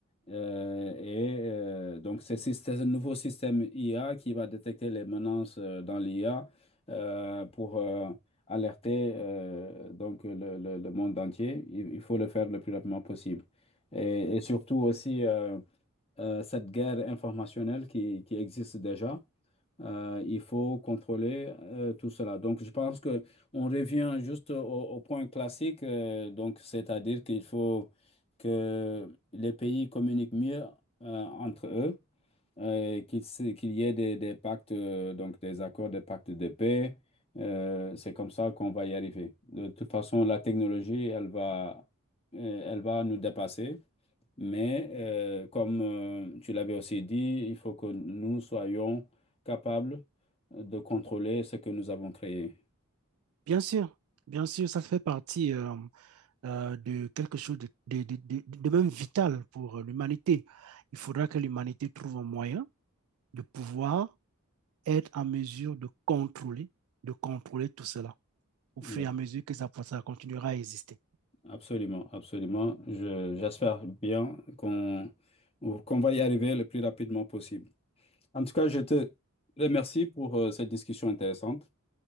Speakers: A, on the left; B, on the right.
A: euh, et euh, donc, c'est syst- c'est ce nouveau système IA qui va détecter les menaces euh, dans l'IA euh, pour euh, alerter euh, donc le, le- le monde entier. Il, il faut le faire le plus rapidement possible. Et, et surtout aussi euh, euh, cette guerre informationnelle qui, qui existe déjà. Euh, il faut contrôler euh, tout cela. Donc, je pense que on revient juste au, au point classique, euh, donc c'est-à-dire qu'il faut que les pays communiquent mieux euh, entre eux, euh, qu'il se- qu'il y ait des, des pactes, euh, donc des accords, des pactes de paix. Euh, c'est comme ça qu'on va y arriver. De toute façon, la technologie, elle va, euh, elle va nous dépasser. Mais euh, comme euh, tu l'avais aussi dit, il faut que nous soyons capables de contrôler ce que nous avons créé.
B: Bien sûr, bien sûr, ça fait partie euh, euh, de quelque chose de, de, de, de de même vital pour l'humanité. Il faudra que l'humanité trouve un moyen de pouvoir être en mesure de contrôler, de contrôler tout cela au
A: Oui.
B: fur et à mesure que ça, ça continuera à exister.
A: Absolument, absolument. Je- j'espère bien qu'on qu'on va y arriver le plus rapidement possible. En tout cas, je te remercie pour euh, cette discussion intéressante